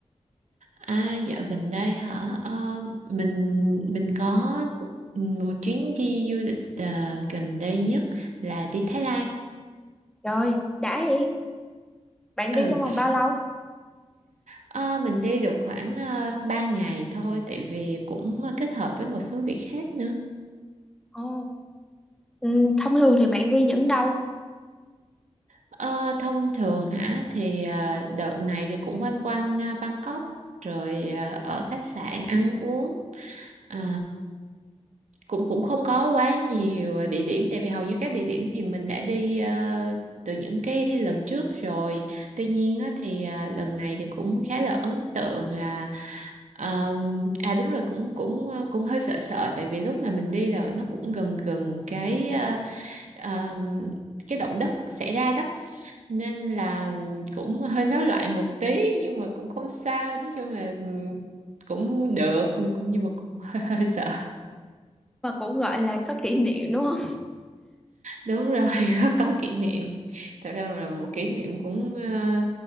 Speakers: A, on the right; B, in the centre.
A: À dạo gần đây hả? Ờ, mình mình có một chuyến đi du lịch ờ, gần đây nhất là đi Thái Lan.
B: Rồi, đã vậy. Bạn đi
A: Ừ,
B: trong vòng bao lâu?
A: Ờ, mình đi được khoảng uh, 3 ngày thôi tại vì cũng ờ, kết hợp với một số việc khác nữa.
B: Ồ, ừ, thông thường thì bạn đi những đâu
A: Ờ, thông thường hả thì ờ, đợt này thì cũng quanh quanh ờ, Bangkok rồi ờ, ở khách sạn ăn uống Ờ, cũng cũng không có quá nhiều ờ, địa điểm tại vì hầu như các địa điểm thì mình đã đi ờ, từ những cái lần trước rồi tuy nhiên á, thì ờ, lần này thì cũng khá là ấn tượng là ờ, à đúng rồi cũng cũng ờ, cũng hơi sợ sợ tại vì lúc mà mình đi là nó cũng gần gần cái ờ, ờ, cái động đất xảy ra đó nên là cũng hơi nói lại một tí nhưng mà cũng không sao nói chung là cũng được cũng- nhưng mà cũng <laughs> hơi, hơi sợ
B: mà cũng gọi là có kỷ niệm đúng không?
A: đúng rồi <laughs> có, có kỷ niệm thật ra là một kỷ niệm cũng ờ,